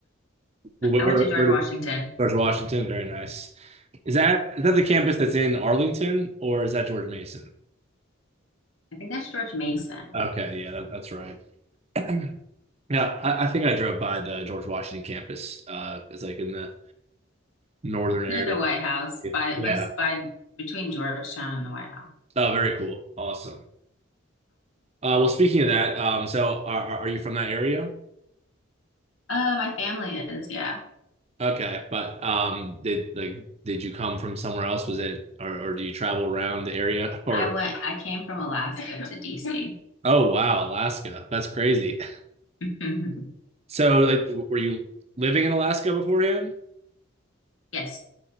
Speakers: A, on the right (about 30°); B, on the left (about 70°).
A: Where,
B: I
A: where,
B: went to George
A: where,
B: Washington.
A: George Washington, very nice. Is that is that the campus that's in Arlington or is that George Mason?
B: I think that's George Mason.
A: Okay, yeah, that, that's right. <clears throat> Yeah, I, I think I drove by the George Washington campus. Uh, it's like in the northern area.
B: Near the White House, by
A: Yeah.
B: but it's by between Georgetown and the White House.
A: Oh, very cool. Awesome. Uh, well, speaking of that, um, so are are are you from that area?
B: Uh, my family is, yeah.
A: Okay, but um, did like did you come from somewhere else? Was it or or do you travel around the area <laughs> or?
B: I went, I came from Alaska to <laughs> DC.
A: Oh wow, Alaska. That's crazy. <laughs>
B: Mhm.
A: So, like, were you living in Alaska beforehand?
B: Yes.